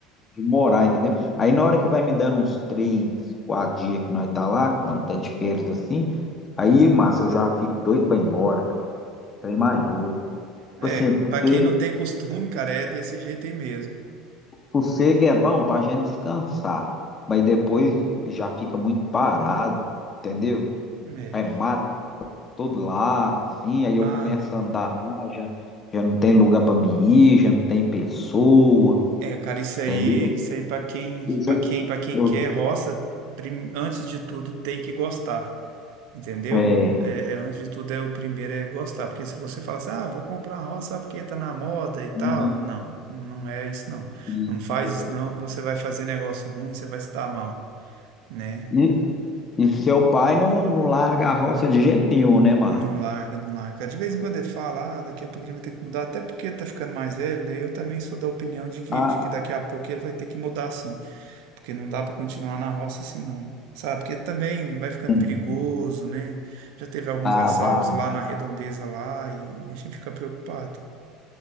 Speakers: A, on the left (about 30°); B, on the right (about 70°).
A: de morar, entendeu? Aí na hora que vai me dando uns três, quatro dias que nós tá lá, quando tá de férias assim, aí, massa, eu já fico doido pra ir embora, cara. Trem mais doido. Tipo
B: É,
A: assim, é porque
B: pra quem não tem costume, cara, é desse jeito aí mesmo.
A: Sossego é bom pra gente descansar, mas depois já fica muito parado, entendeu?
B: É.
A: É mato todo lado, assim, aí eu
B: Ah,
A: começo
B: não.
A: a andar lá, já, já não tem lugar pra me ir, já não tem pessoa,
B: É, cara, isso aí,
A: entendeu?
B: isso aí para quem,
A: Eu já,
B: para quem, para quem
A: eu
B: quer
A: já-
B: roça, prim- antes de tudo tem que gostar, entendeu?
A: é,
B: É, antes de tudo é o primeiro é gostar, porque se você fala assim, ah, vou comprar roça só porque tá na moda e tal,
A: uhum,
B: não, não é isso não.
A: e,
B: Não faz isso não, que você vai fazer negócio ruim, você vai se dar mal, né?
A: e, e seu pai não, não larga a roça de jeito nenhum, né, Mar?
B: Não larga, não larga. De vez em quando ele fala, ah, daqui a pouco a gente vai ter que mudar, até porque tá ficando mais velho, né? Eu também sou da opinião de que,
A: Ah,
B: de que daqui a pouco ele vai ter que mudar sim, porque não dá pra continuar na roça assim não. Sabe? Porque também vai ficando
A: entendi.
B: perigoso, né? Já teve alguns
A: Ah,
B: assaltos
A: vai.
B: lá na redondeza lá e a gente fica preocupado.